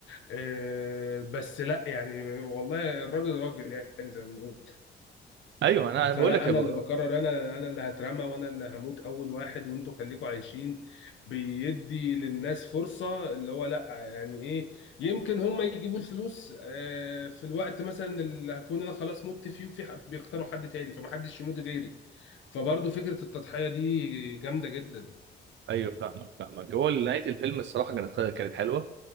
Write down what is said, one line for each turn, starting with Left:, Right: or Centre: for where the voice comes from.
Left: آه بس لا يعني والله الراجل راجل يعني زي ما بنقول
Right: ايوه انا أنا
Left: فلا
Right: بقول لك يا
Left: انا
Right: ب...
Left: اللي بقرر انا انا اللي هترمى وانا اللي هموت اول واحد وانتوا خليكوا عايشين بيدي للناس فرصة اللي هو لا يعني ايه يمكن هم يجيبوا الفلوس آه، في الوقت مثلا اللي هكون انا خلاص مت فيه وفي ح- بيختاروا حد تاني فمحدش يموت غيري فبرضه فكرة التضحية دي جامدة جدا
Right: ايوه فاهمك فاهمك هو نهايه الفيلم الصراحه كانت كانت حلوه